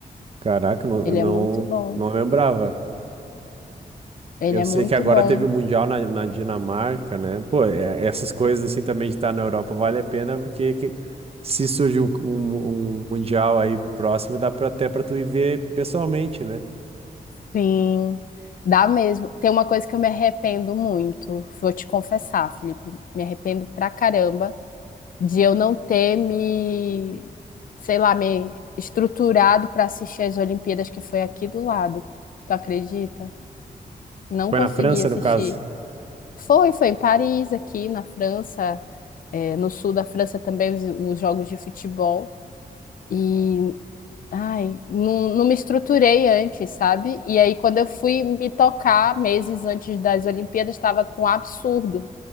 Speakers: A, on the right; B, on the left.
A: caraca, não,
B: Ele
A: não,
B: é muito bom.
A: não lembrava.
B: Ele
A: Eu
B: é
A: sei
B: muito
A: que agora
B: bom.
A: teve o Mundial na, na Dinamarca, né? Pô, é- essas coisas assim também de estar na Europa vale a pena, porque que- se surge um, um- um Mundial aí próximo, dá pra, até pra tu ir ver pessoalmente, né?
B: Sim, dá mesmo. Tem uma coisa que eu me arrependo muito, vou te confessar, Felipe. Me arrependo pra caramba de eu não ter me, sei lá, me estruturado para assistir as Olimpíadas que foi aqui do lado. Tu acredita? Não
A: Foi
B: consegui
A: na França,
B: assistir.
A: no caso,
B: Foi, foi em Paris, aqui na França, eh, no sul da França também os, os jogos de futebol. E, ai, não, não me estruturei antes, sabe? E aí, quando eu fui me tocar, meses antes das Olimpíadas, estava com um absurdo